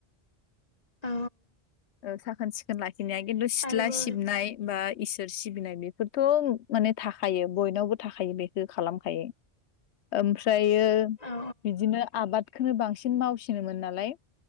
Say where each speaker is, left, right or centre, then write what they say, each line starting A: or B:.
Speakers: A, on the left; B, on the left.
A: औ
B: ओ साखोन सिखोन लाखि इनिया किन्तु सिथ्ला
A: आरोबाव
B: सिबनाय बा इसोर सिबिनाय बेफोरथ' माने थाखायो बयनावबो थाखायो बेखौ खालामखायो ओमफ्राय। बियो‌
A: औ
B: बिदिनो आबाद। बेखौनो बांसिन मावसिनोमोन नालाय